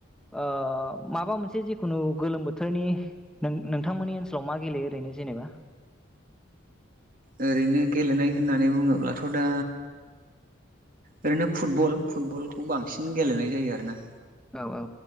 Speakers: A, in the centre; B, on the right.
A: ओ माबा मोनसे जिखुनु गोलोम बोथोरनि नों नोंथांमोननि ओनसोलाव मा गेलेयो ओरैनो जेनेबा?
B: ओरैनो गेलेनाय होननानै बुङोब्लाथ' दा ओरैनो फुटबल फुटबलखौ बांसिन गेलेनाय जायो आरोना।
A: औ औ।